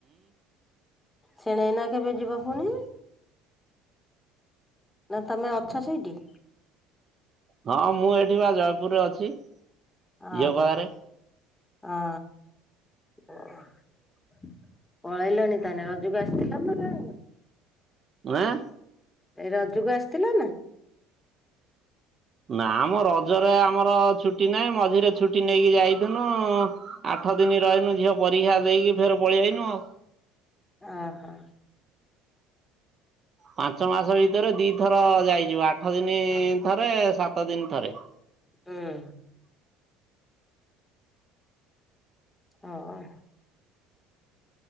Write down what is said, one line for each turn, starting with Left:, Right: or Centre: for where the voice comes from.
Left: ଶେଣେଇନା କେବେ ଯିବ ପୁଣି? ନା ତମେ ଅଛ ସେଇଠି?
Right: ହଁ ମୁଁ ଏଠି ବା ଜୟପୁରରେ ଅଛି।
Left: ଓ
Right: ଝିଅ
Left: ହୋ
Right: ପାଖରେ
Left: ହଁ ପଳେଇଲଣି ତାହେଲେ ରଜକୁ ଆସିଥିଲା ତ
Right: ଆଁ?
Left: ଏ ରଜକୁ ଆସିଥିଲ ନା?
Right: ନା ଆମ ରଜରେ ଆମର ଛୁଟି ନାହିଁ ମଝିରେ ଛୁଟି ନେଇକି ଯାଇଥିଲୁ। ଆଠ ଦିନ ରହିନୁ ଝିଅ ପରୀକ୍ଷା ଦେଇକି ଫେର ପଳେଇଆଇନୁ ଆଉ।
Left: ଅ ହୋ
Right: ପାଞ୍ଚ ମାସ ଭିତରେ ଦିଥର ଯାଇଚୁ ଆଠ ଦିନ ଥରେ ସାତ ଦିନ ଥରେ
Left: ହଁ। ହଁ।